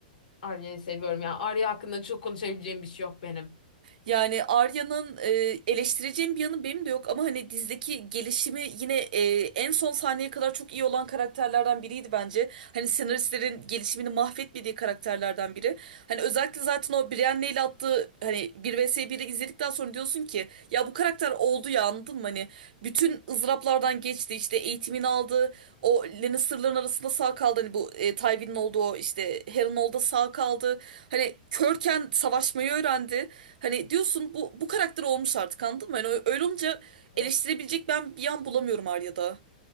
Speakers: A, on the left; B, on the right.
A: Arya'yı seviyorum ya. Arya hakkında çok konuşabileceğim bir şey yok benim.
B: Yani Arya'nın e, eleştireceğim bir yanı benim de yok ama hani dizdeki gelişimi yine e, en son sahneye kadar çok iyi olan karakterlerden biriydi bence. Hani senaristlerin gelişimini mahvetmediği karakterlerden biri. Hani özellikle zaten o Brienne'le ile attığı hani bir vs biri izledikten sonra diyorsun ki ya bu karakter oldu ya anladın mı? Hani bütün ızraplardan geçti işte eğitimini aldı o Lannister'ların arasında sağ kaldı hani bu e, Tywin'in olduğu o işte Harry'nin olduğu sağ kaldı hani körken savaşmayı öğrendi hani diyorsun bu bu karakter olmuş artık anladın mı? Hani ö- öyle olunca
A: Evet.
B: eleştirebilecek ben bir yan bulamıyorum Arya'da.